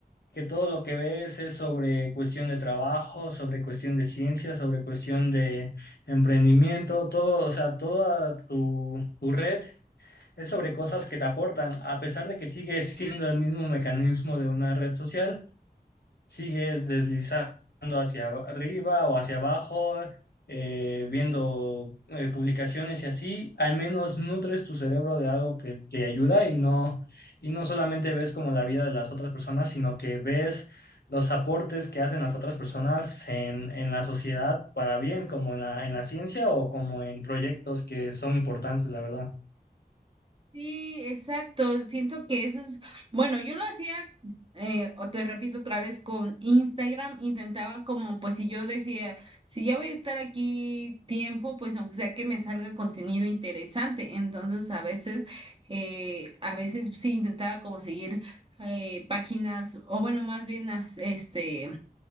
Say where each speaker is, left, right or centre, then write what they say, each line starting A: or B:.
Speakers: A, on the left; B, on the right.
A: que todo lo que ves es sobre cuestión de trabajo, sobre cuestión de ciencia, sobre cuestión de emprendimiento, todo, o sea, toda tu, tu red es sobre cosas que te aportan, a pesar de que sigue siendo el mismo mecanismo de una red social, sigues deslizando hacia arriba o hacia abajo, eh, viendo eh, publicaciones y así, al menos nutres tu cerebro de algo que te ayuda y no, y no solamente ves como la vida de las otras personas, sino que ves los aportes que hacen las otras personas en, en la sociedad para bien, como en la, en la ciencia o como en proyectos que son importantes, la verdad.
B: Sí, exacto. Siento que eso es, bueno, yo lo hacía, eh, o te repito otra vez, con Instagram, intentaba como, pues si yo decía, si ya voy a estar aquí tiempo, pues aunque sea que me salga contenido interesante. Entonces, a veces, eh, a veces sí intentaba como seguir eh, páginas, o bueno, más bien, as- este